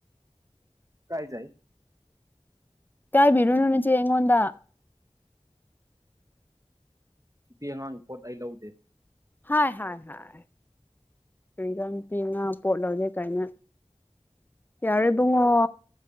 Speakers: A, on the right (about 30°); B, on the left (about 15°).
A: ꯀꯥꯏꯖꯩ
B: ꯢꯀꯥꯢꯕꯤꯔꯨꯅꯨ ꯅꯆꯦ ꯑꯩꯉꯣꯟꯗ
A: ꯅꯨꯄꯤ ꯑꯉꯥꯡꯒꯤ ꯄꯣꯠ ꯑꯩ ꯂꯧꯗꯦ
B: ꯍꯥꯢ ꯍꯥꯢ ꯍꯥꯢ ꯀꯔꯤꯔꯥ ꯅꯨꯄꯤ ꯑꯉꯥꯡ ꯄꯣꯠ ꯂꯧꯗꯦ ꯀꯥꯏꯅ ꯌꯥꯔꯦ ꯢꯕꯨꯡꯉꯣ